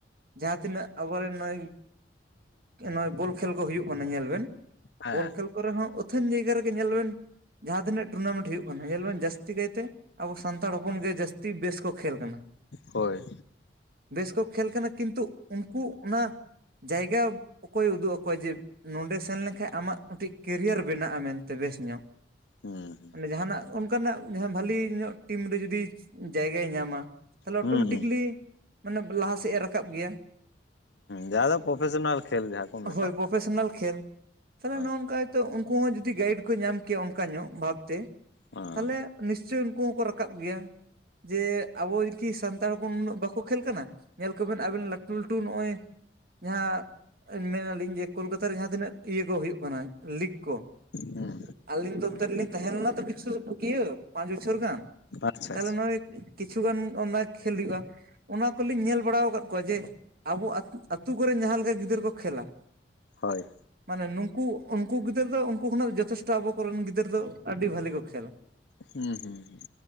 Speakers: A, on the right; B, on the left.
A: ᱡᱟᱦᱟᱸ ᱛᱤᱱᱟᱹᱜ ᱟᱵᱚᱨᱮᱱ ᱱᱚᱜ-ᱚᱭ ᱱᱚᱜ-ᱚᱭ ᱵᱳᱞ ᱠᱷᱮᱞ ᱠᱚ ᱦᱩᱭᱩᱜ ᱠᱟᱱᱟ ᱧᱮᱞ ᱵᱮᱱ᱾
B: ᱦᱮᱸ
A: ᱵᱚᱞ ᱠᱷᱮᱹᱞ ᱠᱚᱨᱮ ᱦᱚᱸ ᱚᱛᱷᱮᱱ ᱡᱟᱭᱜᱟ ᱨᱮᱜᱮ ᱧᱮᱞ ᱵᱮᱱ ᱡᱟᱦᱟᱸ ᱛᱤᱱᱟᱹᱜ ᱴᱩᱨᱱᱟᱢᱮᱱᱴ ᱦᱩᱭᱩᱜ ᱠᱟᱱᱟ, ᱧᱮᱞ ᱵᱮᱱ ᱡᱟᱹᱥᱛᱤ ᱠᱟᱭᱛᱮ ᱟᱵᱚ ᱥᱟᱱᱛᱟᱲ ᱦᱚᱯᱚᱱ ᱜᱮ ᱡᱟᱹᱛᱤᱼᱼᱼ ᱛᱤ ᱵᱮᱥ ᱠᱚ ᱠᱷᱮᱹᱞ ᱠᱟᱱᱟ᱾
B: ᱦᱳᱭ
A: ᱵᱮᱥ ᱠᱚ ᱠᱷᱮᱹᱞ ᱠᱟᱱᱟ ᱠᱤᱱᱛᱩ ᱩᱱᱠᱩ ᱚᱱᱟ ᱡᱟᱭᱜᱟ ᱚᱠᱚᱭ ᱩᱫᱩᱜ ᱟᱠᱚᱣᱟ ᱡᱮ ᱱᱚᱰᱮ ᱥᱮᱱ ᱞᱮᱱᱠᱷᱟᱡ ᱟᱢᱟᱜ ᱢᱤᱫᱴᱤᱡ ᱠᱮᱨᱤᱭᱟᱨ ᱵᱮᱱᱟᱜ-ᱟ ᱢᱮᱱᱛᱮ ᱵᱮᱥ ᱧᱚᱜ᱾
B: ᱦᱩᱸ᱾
A: ᱢᱟᱱᱮ ᱡᱟᱦᱟᱸᱱᱟᱜ ᱚᱱᱠᱟᱱᱟᱜ ᱡᱟᱦᱟᱸ ᱵᱷᱟᱹᱞᱤ ᱧᱚᱜ ᱴᱤᱢ ᱨᱮ ᱡᱩᱫᱤ ᱡᱟᱭᱜᱟᱭ ᱧᱟᱢᱟ᱾ ᱛᱟᱦᱚᱸᱞᱮ
B: ᱦᱩᱸ
A: ᱚᱴᱳᱢᱮᱴᱤᱠᱞᱤ
B: ᱦᱩᱸ
A: ᱢᱟᱱᱮ ᱞᱟᱦᱟ ᱥᱮᱫ ᱮ ᱨᱟᱠᱟᱵᱽ ᱜᱮᱭᱟ᱾
B: ᱡᱟᱦᱟᱸ ᱫᱚ ᱯᱨᱚᱯᱷᱮᱥᱚᱱᱟᱞ ᱠᱷᱮᱞ ᱡᱟᱦᱟᱸ ᱠᱚ ᱢᱮᱛᱟᱜ᱾
A: ᱦᱳᱭ
B: ᱠᱟᱱ
A: ᱯᱨᱚᱯᱷᱮᱥᱚᱱᱟᱞ ᱠᱷᱮᱞ ᱛᱟᱦᱚᱸᱞᱮ
B: ᱦᱮᱸ
A: ᱱᱚᱜ ᱱᱚᱝᱠᱟ ᱦᱚᱭᱛᱳ ᱩᱱᱠᱩ ᱦᱚᱸ ᱡᱩᱫᱤ ᱜᱟᱭᱤᱰ ᱠᱚ ᱧᱟᱢ ᱠᱮᱭᱟ ᱚᱱᱠᱟ ᱧᱚᱜ ᱵᱷᱟᱵᱽ ᱛᱮ᱾
B: ᱦᱮᱸ
A: ᱛᱟᱦᱚᱸᱞᱮ ᱱᱤᱥᱪᱚᱭ ᱩᱱᱠᱩ ᱦᱚᱸᱠᱚ ᱨᱟᱠᱟᱵᱽ ᱜᱮᱭᱟ ᱡᱮ ᱟᱵᱚ ᱵᱮᱥ ᱠᱤ ᱥᱟᱱᱛᱟᱲ ᱦᱚᱯᱚᱱ ᱩᱱᱟᱹᱜ ᱵᱟᱠᱚ ᱠᱷᱮᱹᱞ ᱠᱟᱱᱟ ᱧᱮᱞ ᱠᱚᱵᱤᱱ ᱟᱵᱤᱱ ᱞᱟᱹᱴᱩ ᱞᱟᱹᱴᱩ ᱱᱚᱜ-ᱚᱭ ᱡᱟᱦᱟᱸ ᱢᱮᱱᱟᱞᱤᱧ ᱡᱮ ᱠᱳᱞᱠᱟᱛᱟ ᱨᱮ ᱡᱟᱦᱟᱸ ᱛᱤᱱᱟᱹᱜ ᱤᱭᱟᱹ ᱠᱚ ᱦᱩᱭᱩᱜ ᱠᱟᱱᱟ ᱞᱤᱜ ᱠᱚ,
B: ᱦᱮᱸ
A: ᱟᱹᱞᱤᱧ ᱫᱚ ᱚᱱᱛᱮ ᱛᱟᱦᱮᱸ ᱞᱮᱱᱟ ᱛᱚ ᱠᱤᱪᱷᱩ ᱯᱩᱠᱤᱭᱟᱹ ᱯᱟᱸᱪ ᱵᱚᱪᱷᱚᱨ ᱜᱟᱱ
B: ᱟᱪᱪᱷᱟ
A: ᱛᱟᱦᱚᱸᱞᱮ
B: ᱟᱪᱪᱷᱟ
A: ᱱᱚᱜ-ᱚᱭ ᱠᱤᱪᱷᱩᱜᱟᱱ ᱚᱱᱟ ᱠᱷᱮᱹᱞ ᱦᱩᱭᱩᱜ-ᱟ ᱚᱱᱟ ᱠᱚ ᱞᱤᱧ ᱧᱮᱞ ᱵᱟᱲᱟ ᱟᱠᱟᱫ ᱠᱚᱣᱟ ᱡᱮ ᱟᱵᱚ ᱟ ᱟᱹᱛᱩ ᱠᱚᱨᱮᱱ ᱡᱟᱦᱟᱸ ᱞᱮᱠᱟ ᱜᱤᱫᱽᱨᱟᱹ ᱠᱚ ᱠᱷᱮ ᱞᱟ᱾
B: ᱦᱳᱭ,
A: ᱢᱟᱱᱮ ᱱᱩᱝᱠᱩ ᱩᱱᱠᱩ ᱜᱤᱫᱽᱨᱟᱹ ᱫᱚ ᱩᱱᱠᱩ ᱠᱷᱚᱱᱟᱜ ᱡᱚᱛᱷᱮᱥᱴᱚ ᱟᱵᱚ ᱠᱚᱨᱮᱱ ᱜᱤᱫᱽᱨᱟᱹ ᱫᱚ ᱟᱹᱰᱤ ᱵᱷᱟᱹᱞᱤ ᱠᱚ ᱠᱷᱮᱹᱞᱟ᱾
B: ᱦᱩᱸ ᱦᱩᱸ ᱦᱩᱸ